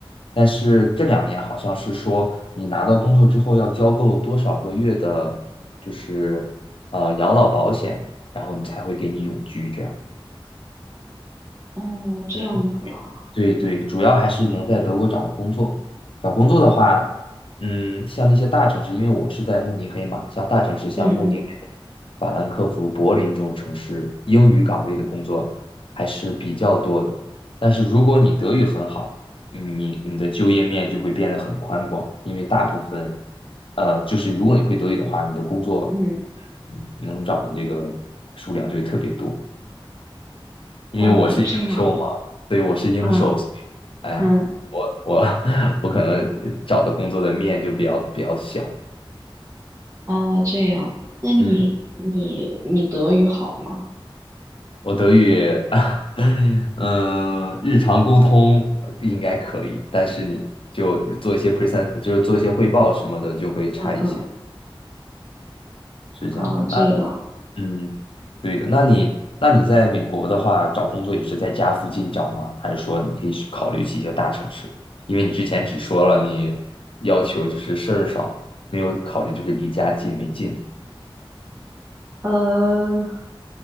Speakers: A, on the left; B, on the right.
A: 但是这两年好像是说，你拿到工作之后要交够多少个月的，就是呃养老保险，然后你才会给你永居这样。
B: 哦，这样子啊，
A: 嗯，对对，主要还是能在德国找到工作。找工作的话，嗯，像那些大城市，因为我是在慕尼黑嘛，像大城市，像慕尼黑、
B: 嗯嗯
A: 法兰克福、柏林这种城市，英语岗位的工作还是比较多的。但是如果你德语很好，你你的就业面就会变得很宽广，因为大部分，呃，就是如果你会德语的话，你的工作
B: 嗯，
A: 嗯能找的这个数量就会特别多。因为我是英寿嘛，
B: 哦，这样，
A: 对，我是英寿，
B: 嗯
A: 所以哎呀，
B: 嗯，
A: 我我 <laughs> 我可能找的工作的面就比较比较小。
B: 哦，这样，那你你你德语好吗？
A: 嗯，我德语，<laughs> 嗯日常沟通应该可以，但是你就做一些 present，就是做一些汇报什么的，就会差一些，
B: 嗯嗯，
A: 是这样。
B: 啊，
A: 那
B: 这样，
A: 嗯，对的。那你那你在美国的话，找工作也是在家附近找吗？还是说你可以去考虑去一些大城市？因为你之前只说了你要求就是事儿少，没有考虑就是离家近没近。
B: 呃。